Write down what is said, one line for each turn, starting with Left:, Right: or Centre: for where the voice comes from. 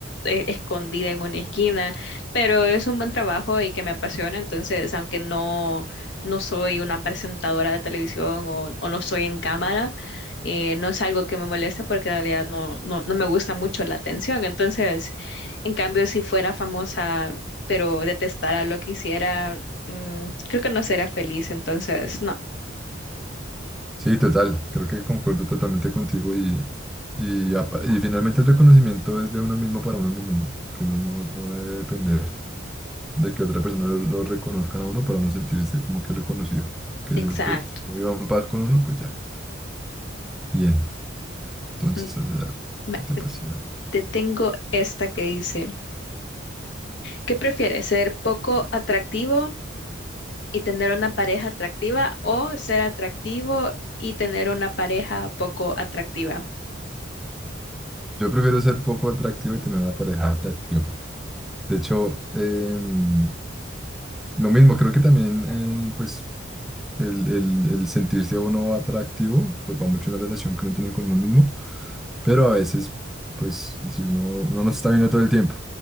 Left: eh, escondida en una esquina, pero es un buen trabajo y que me apasiona, entonces aunque no, no soy una presentadora de televisión o, o no soy en cámara, eh, no es algo que me moleste porque en realidad no, no, no me gusta mucho la atención, entonces... En cambio, si fuera famosa pero detestara lo que hiciera, mm, creo que no sería feliz, entonces no,
Centre: Sí, total. Creo que concuerdo totalmente contigo y, y, apa- y finalmente el reconocimiento es de uno mismo para uno mismo, ¿no? que uno no, no debe depender de que otra persona lo, lo reconozcan a uno para uno sentirse como que reconocido. Que
Left: exacto.
Centre: si uno que uno iba en paz con uno, pues ya. Bien, entonces
Left: Mm,
Centre: haces algo
Left: ma-
Centre: que te
Left: Te,
Centre: apasiona.
Left: te tengo esta que dice, ¿qué prefieres, ser poco atractivo y tener una pareja atractiva o ser atractivo y tener una pareja poco atractiva?
Centre: Yo prefiero ser poco atractivo y tener una pareja atractiva. De hecho, em, lo mismo, creo que también, eh, pues el, el- el sentirse uno atractivo, pues va mucho en la relación que uno tiene con uno mismo, pero a veces, pues si uno no nos está viendo todo el tiempo,